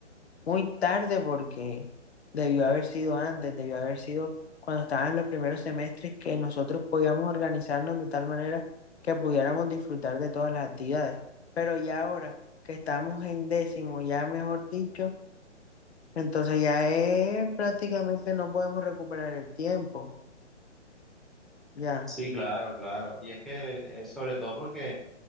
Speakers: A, on the left (about 60°); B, in the centre.
A: muy tarde porque debió haber sido antes, debió haber sido cuando estaban en los primeros semestres que nosotros podíamos organizarnos de tal manera que pudiéramos disfrutar de todas las actividades. Pero ya ahora que estamos en décimo, ya mejor dicho Entonces ya es prácticamente no podemos recuperar el tiempo. Ya.
B: Sí, claro, claro. Y es que es sobre todo porque,